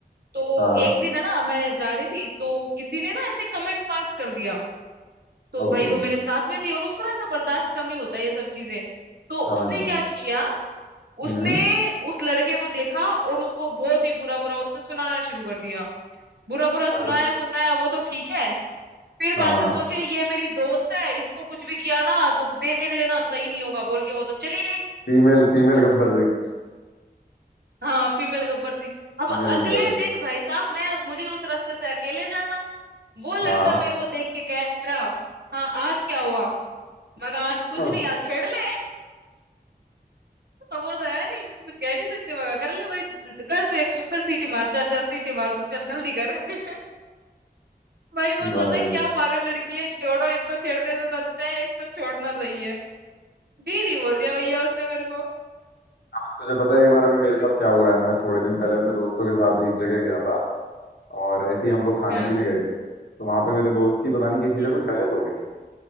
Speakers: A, on the right; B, on the left.
A: तो
B: हाँ
A: एक दिन है ना मैं जा रही थी तो किसी ने ना ऐसे कमेंट पास कर दिया तो
B: ओके
A: भाई वो मेरे साथ में थी और उसको ना ऐसा बर्दाश्त कम ही होता है ये सब चीजें तो
B: समझ
A: उसने
B: गया
A: क्या किया
B: हम्म
A: उसने उस लड़के को देखा और उसको बहुत ही बुरा बुरा उसने सुनाना शुरू कर दिया बुरा बुरा सुनाया
B: अरे
A: सुनाया वो तो ठीक है फिर
B: हाँ
A: बाद में
B: हाँ
A: बोलती है ये मेरी दोस्त है इसको कुछ भी किया ना तो देख लेना सही नहीं होगा बोल के वो तो चली गई
B: Female female Gabbar Singh
A: हाँ फीमेल गब्बर सिंह अब
B: Female
A: अगले
B: Gabbar Singh
A: दिन भाई साहब मैं मुझे उस रास्ते से अकेले जाना वो लड़का
B: हाँ
A: मेरे को देख के कह रहा हाँ आज क्या हुआ मैं कहा आज कुछ
B: हाँ,
A: नहीं आज छेड़ ले अब वो तो है नहीं मैं कुछ कह नहीं सकते मगर कर ले भाई ज- कर तो एक कर सीटी मार चल चल सीटी मार तू चल जल्दी कर <laughs> भाई वो सोचा
B: भाई
A: क्या पागल लड़की है छोड़ो इसको छेड़ने से तो अच्छा है इसको छोड़ना सही है दीदी बोल दिया भैया उसने मेरे को
B: अब तुझे पता है एक बार अभी मेरे
A: <laughs>
B: साथ क्या हुआ है मैं थोड़े दिन पहले अपने दोस्तों के साथ एक जगह गया था और ऐसे ही हम लोग खाने
A: हाँ
B: पीने गए थे तो वहां पे मेरे दोस्त की पता नहीं किसी
A: हम्म
B: से कुछ बहस हो गई